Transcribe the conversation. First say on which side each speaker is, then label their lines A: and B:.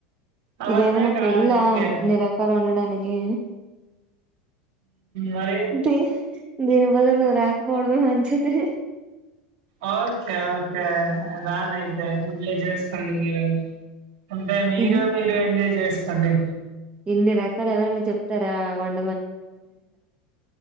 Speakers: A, on the right (about 60°); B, on the right (about 25°).
A: అవన్నీ
B: ఇది ఏమన్న
A: కా
B: పెళ్ళ
A: ఇంకే
B: ఇన్ని రకాలు క్కలా ఉండడానికి
A: మరి
B: బ దీని బదులు రాకపోవడమే మంచిది
A: ఓకే ఓకే రాానయితే ఇలే చేసుకోండి మీరు అంటే మీరు
B: ఇన్
A: మీరు ఎంజాయ్ చేసి అండడి
B: ఇన్ని రకాలు ఎవరైనా చెప్తారా వంట